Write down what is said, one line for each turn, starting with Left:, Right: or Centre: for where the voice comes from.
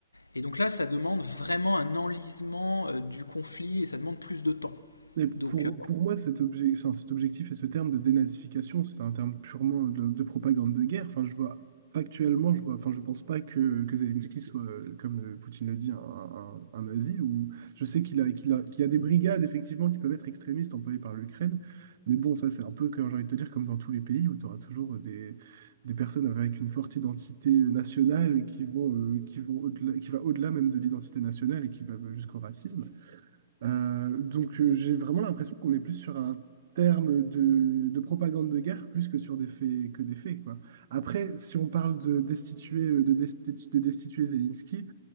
Left: Et donc là, ça demande vraiment un enlisement euh, du conflit et ça demande plus de temps.
Right: Mais pour,
Left: Donc euh,
Right: pour moi, cet obje- enfin, cet objectif et ce terme de dénazification, c'est un terme purement de, de propagande de guerre. Enfin, je vois, factuellement, je vois, enfin, je pense pas que, que Zelensky soit, euh, comme euh, Poutine le dit, un, un, un nazi. Ou, je sais qu'il a, qu'il a, qu'il y a des brigades, effectivement, qui peuvent être extrémistes employées par l'Ukraine. Mais bon, ça, c'est un peu, comme j'ai envie de te dire, comme dans tous les pays où tu auras toujours des, des personnes avec une forte identité nationale qui vont, euh, qui vont au-delà, qui va au-delà même de l'identité nationale et qui va jusqu'au racisme. Euh, donc euh, j'ai vraiment l'impression qu'on est plus sur un terme de, de propagande de guerre plus que sur des faits que des faits quoi. Après, si on parle de destituer euh, de, desti- de destituer Zelensky,